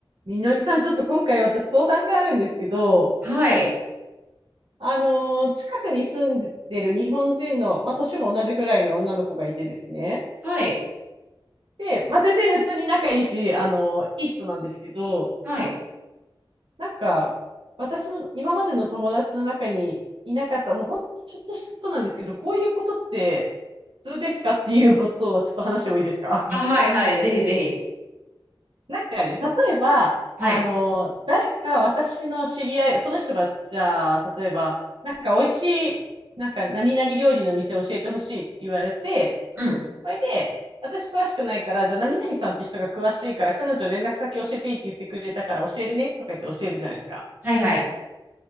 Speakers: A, on the right (about 65°); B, on the right (about 15°).
A: みのりさん、ちょっと今回私相談があるんですけど、
B: はい。
A: あのー近くに住んでる日本人の、まあ、年も同じぐらいの女の子がいてですね。
B: はい。
A: で、まあ、全然普通に仲いいし、あのーいい人なんですけど、
B: はい。
A: なんか、私の今までの友達の中にいなかった、もうほんとちょっとしたことなんですけど、こういうことって普通ですかっていうことをちょっと話してもいいですか
B: あ、はいはい。ぜひぜひ。
A: なんかね、例えば、
B: はい。
A: あの、誰か私の知り合い、その人が、じゃあ、例えば、なんか美味しい、なんか何々料理の店を教えてほしいって言われて、
B: うん。
A: それで、私詳しくないから、じゃあ何々さんって人が詳しいから、彼女連絡先教えていいって言ってくれたから教えるねとか言って教えるじゃないですか。
B: はいはい。